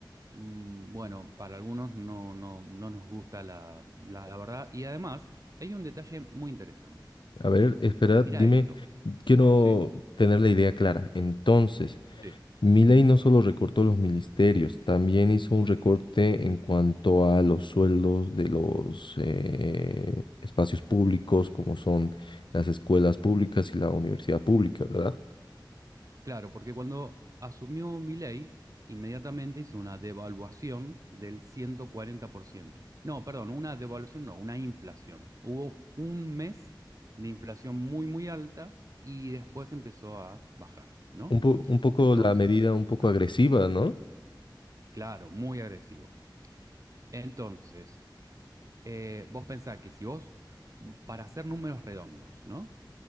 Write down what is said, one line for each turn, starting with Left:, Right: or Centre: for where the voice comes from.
Right: mm, bueno, para algunos no, no, no nos gusta la, la, la verdad. Y además, hay un detalle muy interesante.
Left: A ver, espera, dime,
Right: Mira esto.
Left: quiero
Right: Sí,
Left: tener la idea clara. Entonces,
Right: sí.
Left: Milei no solo recortó los ministerios, también hizo un recorte en cuanto a los sueldos de los eh, espacios públicos, como son las escuelas públicas y la universidad pública, ¿verdad?
Right: Claro, porque cuando asumió Milei, inmediatamente hizo una devaluación del 140%. No, perdón, una devaluación no, una inflación. Hubo un mes de inflación muy, muy alta y después empezó a bajar, ¿no?
Left: Un po- un poco
Right: Entonces,
Left: la medida, un poco
Right: lo,
Left: agresiva, ¿no?
Right: claro, muy agresivo. Entonces, eh, vos pensás que si vos, para hacer números redondos, ¿no?